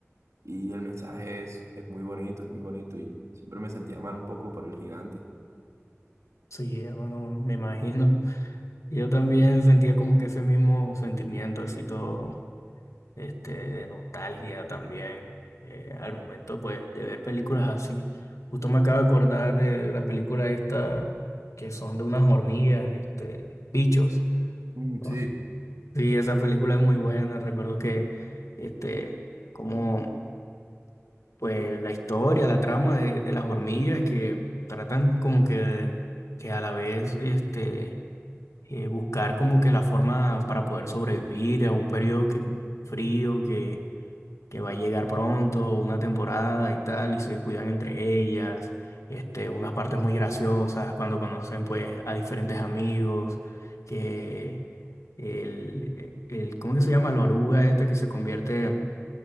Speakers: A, on the right; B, on the left.
A: y el mensaje es, es muy bonito, es muy bonito y siempre me sentía mal un poco por el gigante.
B: Sí, hermano, me imagino. Yo también sentía como que ese mismo sentimiento, así todo, este, de nostalgia también, eh, al momento, pues, de ver películas así. Justo me acabo de acordar de la película esta, que son de unas hormigas, este, bichos. <laughs>
A: Mm, sí.
B: Oh, Sí, esa película es muy buena. Recuerdo que, este, como, pues, la historia, la trama de, de las hormigas que tratan como que, que a la vez, este eh, buscar como que la forma para poder sobrevivir a un periodo que- frío que, que va a llegar pronto, una temporada y tal, y se cuidan entre ellas, este, unas partes muy graciosas cuando conocen pues a diferentes amigos, que el, el ¿cómo que se llama? La oruga esta que se convierte